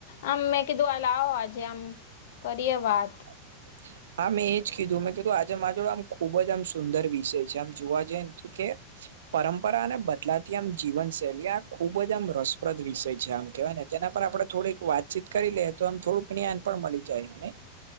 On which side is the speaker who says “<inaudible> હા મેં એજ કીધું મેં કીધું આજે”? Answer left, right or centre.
Right